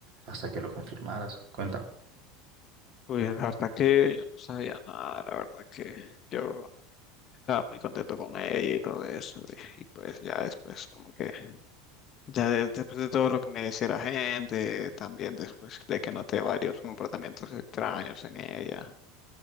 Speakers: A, on the right; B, on the left.
A: hasta que lo confirmaras? Cuéntame.
B: Pues la verdad que yo no sabía nada, la verdad que yo estaba muy contento con ella y todo eso. Y, y pues ya después como que, ya de- después de todo lo que me decía la gente, también después de que noté varios comportamientos extraños en ella.